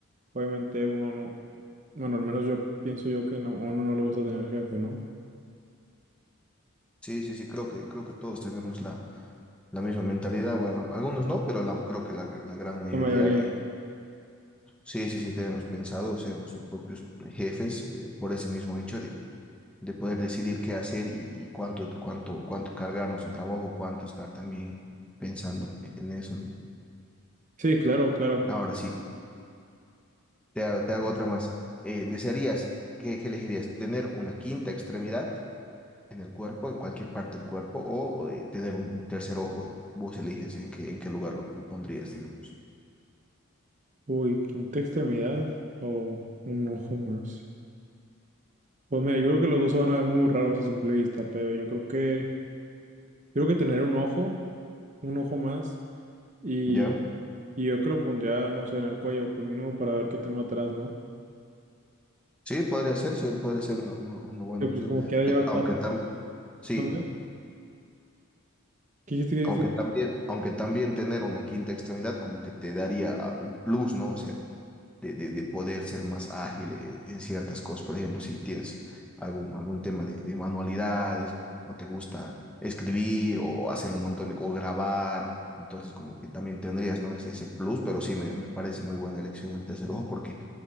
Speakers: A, on the right; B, in the centre.
A: obviamente uno no, bueno, al menos yo pienso yo que no, a uno no le gusta tener jefe, ¿no?
B: Sí, sí, sí, creo que, creo que todos tenemos la, la misma mentalidad. Bueno, algunos no, pero la, creo que la, la gran mayoría.
A: La mayoría.
B: y- Sí, sí, sí, tenemos pensado ser nuestros propios jefes eh, por ese mismo hecho de de poder decidir qué hacer y, y cuánto, cuánto, cuánto cargarnos de trabajo, cuánto estar también pensando e-, en eso, ¿no?
A: Sí, claro, claro.
B: Ahora sí, te, ha- te hago otra más. Eh, ¿desearías, qué, qué elegirías? ¿Tener una quinta extremidad en el cuerpo, en cualquier parte del cuerpo, o eh, tener un, un tercer ojo? Vos eliges en qué, en qué lugar lo, lo pondrías, digamos.
A: Uy, quinta extremidad o un ojo más. Pues mira, yo creo que los dos se van a ver muy raros a simple vista, pero yo creo que, yo creo que tener un ojo, un ojo más, y,
B: ¿Ya?
A: y yo que lo pondría, no sé, en el cuello, pues mínimo para ver qué tengo atrás, ¿no?
B: Sí, podría ser, sí, podría ser una, una- una buena
A: Pero
B: opción,
A: pues como quiera
B: aunque,
A: ya va a estar.
B: aunque tam- sí.
A: ¿Mande? ¿Qué dijiste? ¿Qué dijiste?
B: Aunque también, aunque también tener una quinta extremidad como que te daría ah, un plus, ¿no? O sea, de, de, de poder ser más ágil eh, en ciertas cosas. Por ejemplo, si tienes algún, algún tema de, de manualidades o te gusta escribir o hacer un montón de, o grabar, entonces como que también tendrías, ¿no? Es, ese plus, pero sí me, me parece muy buena elección del tercer ojo porque